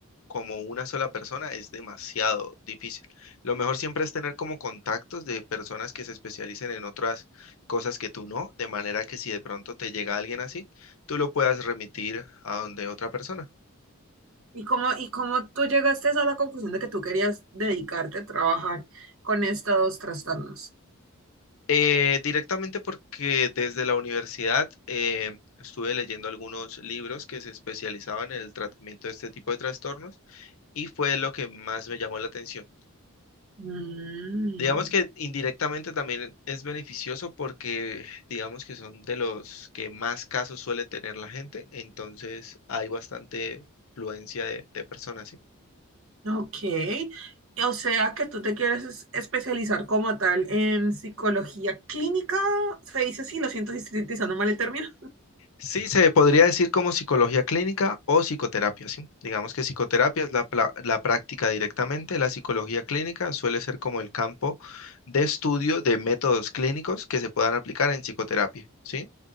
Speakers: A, on the left; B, on the right.
A: como una sola persona es demasiado difícil. Lo mejor siempre es tener como contactos de personas que se especialicen en otras cosas que tú no, de manera que si de pronto te llega alguien así, tú lo puedas remitir a donde otra persona.
B: ¿Y cómo, y cómo tú llegaste a la conclusión de que tú querías dedicarte a trabajar con estos trastornos?
A: Eh, directamente porque desde la universidad eh, estuve leyendo algunos libros que se especializaban en el tratamiento de este tipo de trastornos y fue lo que más me llamó la atención.
B: Mm,
A: Digamos que indirectamente también es beneficioso porque digamos que son de los que más casos suelen tener la gente, entonces hay bastante fluencia de, de personas, ¿sí?
B: ok. O sea que tú te quieres es- especializar como tal en psicología clínica. Se dice así, lo siento si estoy utilizando mal el término.
A: Sí, se podría decir como psicología clínica o psicoterapia, ¿sí? Digamos que psicoterapia es la, pla- la práctica directamente, la psicología clínica suele ser como el campo de estudio de métodos clínicos que se puedan aplicar en psicoterapia, ¿sí?